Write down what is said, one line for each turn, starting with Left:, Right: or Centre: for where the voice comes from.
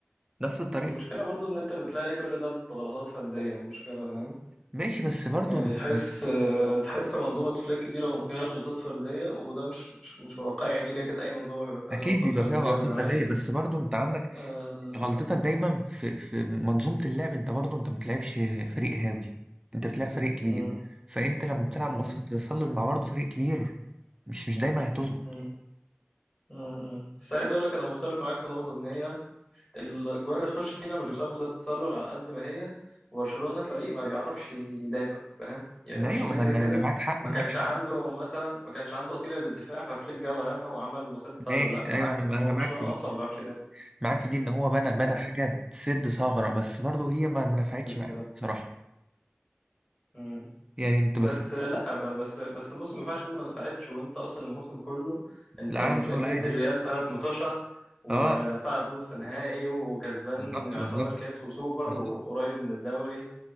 Right: نفس الطريقة
Left: هو المشكلة برضه ان انت بتلاقي كل ده بغلطات فردية المشكلة فاهم
Right: ماشي بس برضو
Left: يعني
Right: انت
Left: تحس آه، تحس منظومة فليك دي لو ما فيهاش غلطات فردية وده مش مش مش واقعي يعني كده كده اي منظومة بيبقى فيها
Right: اكيد
Left: غلطات
Right: بيبقى
Left: فردية
Right: فيها غلطات
Left: وجماعية
Right: فردية بس برضو انت عندك
Left: آه،
Right: غلطتك دايما في في منظومة اللعب انت برضو انت ما بتلعبش فريق هاوي انت بتلعب فريق كبير
Left: امم
Right: فانت لما بتلعب
Left: امم
Right: مصيدة التسلل مع برضو فريق كبير مش مش دايما هتظبط
Left: امم امم بس عايز اقول لك انا مختلف معاك في نقطة ان هي الجوان اللي تخش فينا مش بسبب مصيدة التسلل على قد ما هي برشلونة فريق ما بيعرفش يدافع فاهم يعني
Right: ما
Left: برشلونة
Right: ايوه انا
Left: كده
Right: انا
Left: كده
Right: معاك حق
Left: ما
Right: معاك
Left: كانش عنده
Right: حق
Left: مثلا ما كانش عنده وسيلة للدفاع ففليك جه غيرها وعمل مصيدة تسلل
Right: ماشي
Left: لا بالعكس
Right: ايوه انا
Left: هو
Right: انا
Left: برشلونة
Right: معاك في دي
Left: أصلا ما بيعرفش يدافع
Right: معاك في دي ان هو بنى
Left: فاهم
Right: بنى حاجه تسد ثغره بس برضه هي ما ما نفعتش
Left: بالظبط
Right: معاه بصراحه
Left: مم.
Right: يعني انت
Left: بس
Right: بس
Left: لا ب- بس بس بص ما ينفعش تقول ما نفعتش وانت اصلا الموسم كله انت
Right: لا
Left: م-
Right: عامل شغل
Left: مدي
Right: عالي
Left: الريال ثلاث مطوشة وصعد
Right: اه
Left: نص نهائي وكسبان
Right: بالظبط
Left: يعتبر
Right: بالظبط
Left: كاس وسوبر
Right: بالظبط
Left: وقريب من الدوري